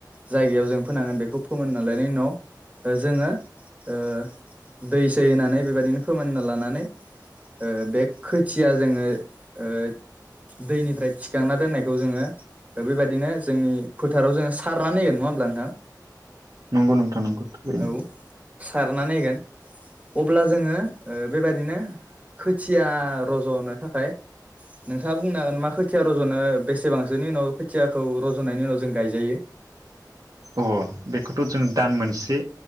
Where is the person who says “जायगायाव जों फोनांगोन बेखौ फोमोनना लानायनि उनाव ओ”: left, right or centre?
Right